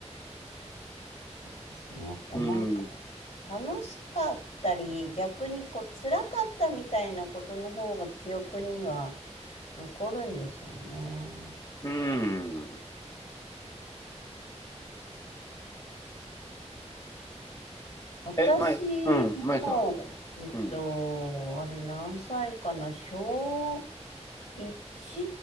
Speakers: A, on the left; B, on the left.
A: そうですね。やっぱなんか、
B: うん。
A: 楽しかったり、逆にこう、辛かったみたいなことの方が記憶には残るんでしょうね。
B: うん。
A: 私も、
B: え、まい、うん、まいさんは。
A: えっと、
B: うん。
A: あれ何歳かな、小1